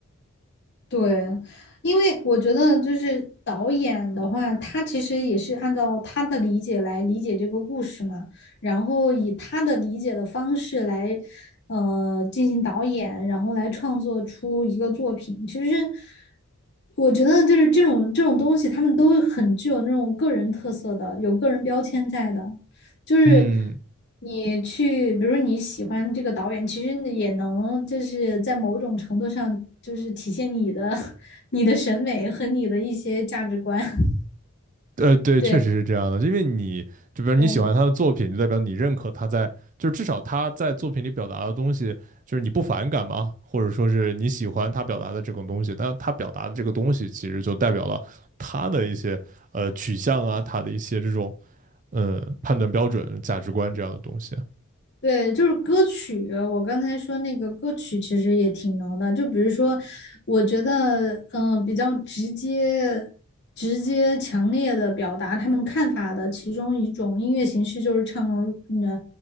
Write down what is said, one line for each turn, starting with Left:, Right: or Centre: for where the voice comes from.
Left: 对，因为我觉得就是导演的话，他其实也是按照他的理解来理解这个故事嘛，然后以他的理解的方式来，呃，进行导演，然后来创作出一个作品。其实我觉得就是这种这种东西，他们都很具有那种个人特色的，有个人标签在的。就是
Right: 嗯
Left: 你去，比如你喜欢这个导演，其实你也能就是在某种程度上，就是体现你的 <laughs> 你的审美和你的一些价值观。<laughs>
Right: 呃，对，
Left: 对
Right: 确实是这样的，因为你就比如你喜欢他的作品，
Left: 对
Right: 就代表你认可他在，就是至少他在作品里表达的东西，就是你不反感嘛，或者说是你喜欢他表达的这种东西，但他表达的这个东西其实就代表了他的一些呃取向啊，他的一些这种呃判断标准、价值观这样的东西。
Left: 对，就是歌曲，我刚才说那个歌曲其实也挺能的，就比如说，我觉得嗯、呃比较直接。直接强烈的表达他们看法的其中一种音乐形式就是唱，嗯、